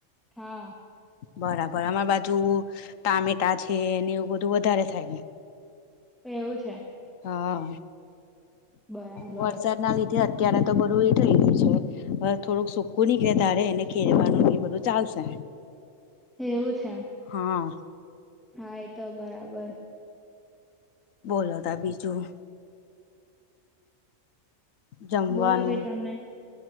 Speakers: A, in the centre; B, on the left (about 80°).
A: હા
B: બરાબર. અમારી બાજુ ટામેટા છે ને એવું બધું વધારે થાય હે.
A: એવું છે
B: હા
A: બરાબર
B: વરસાદ ના લીધે અત્યારે તો બધું એ થઇ ગયું છે થોડુંક સકું નીકળે તારે એને ખેરવાનું ન બધું ચાલશે
A: એવું છે
B: હા
A: હા એ તો બરાબર
B: બોલો ત બીજું જમવાનું
A: બોલો કઈ તમને